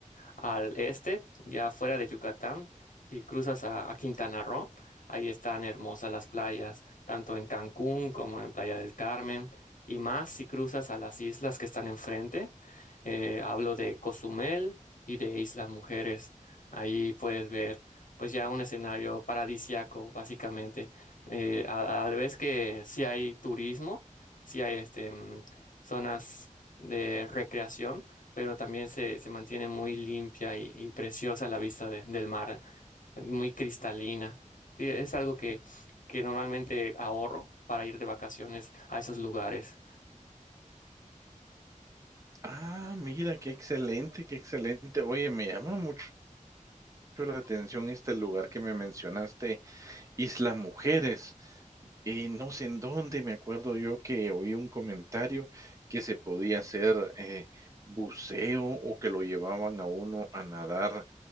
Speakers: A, on the left; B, on the right.
A: al este, ya fuera de Yucatán, si cruzas a, a Quintana Roo, ahí están hermosas las playas, tanto en Cancún como en Playa del Carmen, y más si cruzas a las islas que están enfrente. Eh, hablo de Cozumel y de Islas Mujeres. Ahí puedes ver, pues ya un escenario paradisiaco, básicamente. Eh, a, a la vez que sí hay turismo, sí hay este, mm, zonas de recreación pero también se, se mantiene muy limpia y, y preciosa la vista de- del mar, muy cristalina. Sí, es algo que, que normalmente ahorro para ir de vacaciones a esos lugares.
B: Ah, mira, qué excelente, qué excelente. Oye, me llama mucho la atención este lugar que me mencionaste Isla Mujeres. Y no sé en dónde, me acuerdo yo que oí un comentario que se podía hacer eh, buceo o que lo llevaban a uno a nadar